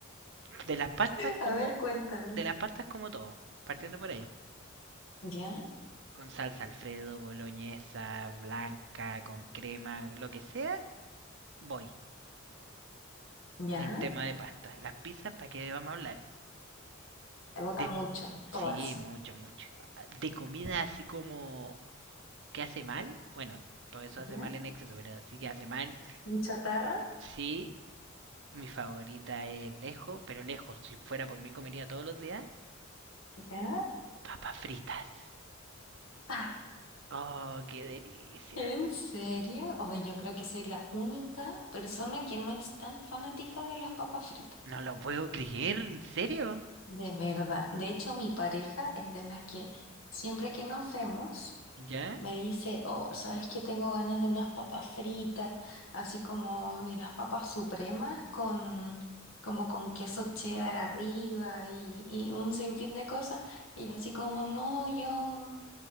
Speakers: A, on the right; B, on the left.
A: De las pastas
B: <laughs>
A: como
B: a ver, cuéntame.
A: de las pastas como todo, partiendo por ahí.
B: ¿Ya?
A: Con salsa Alfredo, boloñesa, blanca, con crema, lo que sea, voy.
B: Ya,
A: En tema de pasta. Las pizzas, ¿para qué vamos a hablar?
B: me gustan
A: De-
B: mucho,
A: sí,
B: todas.
A: mucho, mucho. De comida así como qué hace mal. Bueno, todo eso hace
B: Ya,
A: mal en exceso, pero sí que hace mal.
B: en chatarra,
A: Sí, mi favorita es lejos, pero lejos. Si fuera por mí comería todos los días.
B: ya.
A: Papas fritas.
B: <laughs> Ah,
A: Oh, qué delicia.
B: ¿En serio? Hoy yo creo que soy la única persona que no es tan fanática de las papas fritas.
A: No lo puedo creer, ¿en serio?
B: De verdad. De hecho, mi pareja es de las que siempre que nos vemos.
A: ¿Ya?
B: Me dice, oh, ¿sabes qué? Tengo ganas de unas papas fritas, así como de las papas supremas, con, como con queso cheddar arriba y, y un sinfín de cosas. Y yo así como, no, yo